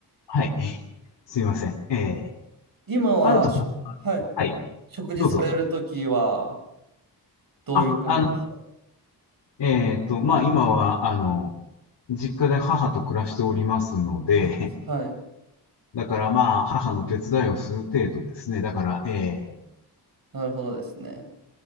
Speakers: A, on the left; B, on the right.
A: はい。<laughs> すいません。えー、
B: 今はしょ、
A: ハルトさんは、
B: はい。
A: はい、
B: 食事されるときは
A: どうぞ。
B: どういう感じですか
A: あ、あの、えっと、まあ、今は、あの、実家で母と暮らしておりますので、
B: あ、はい。
A: だからまあ、母の手伝いをする程度ですね。だから、えー
B: なるほどですね。